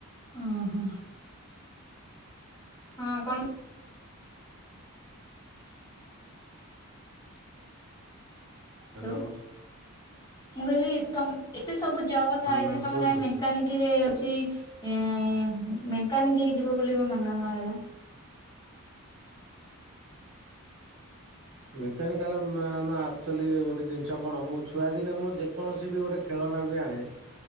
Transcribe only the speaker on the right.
<unintelligible> ହ୍ୟାଲୋ
ହଁ ମ୍ୟାମ୍
କୁହନ୍ତୁ।
ମେକାନିକାଲ୍ ମାମ୍ ଆକଚୁଆଲି ଗୋ ଟେ ଜିନିଷ କଣ ମୁଁ ଛୁଆ ଦିନେ ମୁଁ ଯେକୌଣସି ବି ଗୋଟେ ଖେଳନା ବି ଆଣେ